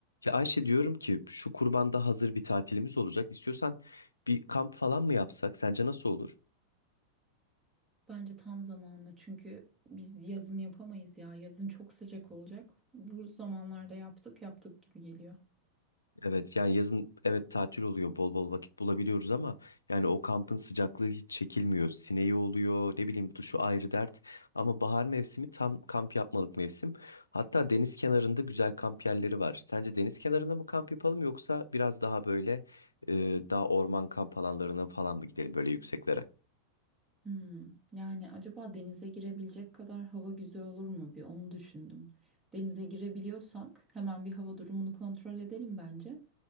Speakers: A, on the left; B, on the right.
A: Ya Ayşe diyorum ki şu kurbanda hazır bir tatilimiz olacak. İstiyorsan bir kamp falan mı yapsak? Sence nasıl olur?
B: Bence tam zamanlı çünkü biz yazın yapamayız ya. Yazın çok sıcak olacak. Bu zamanlarda yaptık yaptık gibi geliyor.
A: Evet yani yazın evet tatil oluyor. Bol bol vakit bulabiliyoruz ama yani o kampın sıcaklığı hiç çekilmiyor. Sineği oluyor, ne bileyim duşu ayrı dert. Ama bahar mevsimi tam kamp yapmalık mevsim. Hatta deniz kenarında güzel kamp yerleri var. Sence deniz kenarında mı kamp yapalım yoksa biraz daha böyle e, daha orman kamp alanlarına falan mı gidelim böyle yükseklere?
B: Hmm, yani acaba denize girebilecek kadar hava güzel olur mu? Bir onu düşündüm. Denize girebiliyorsak hemen bir hava durumunu kontrol edelim bence.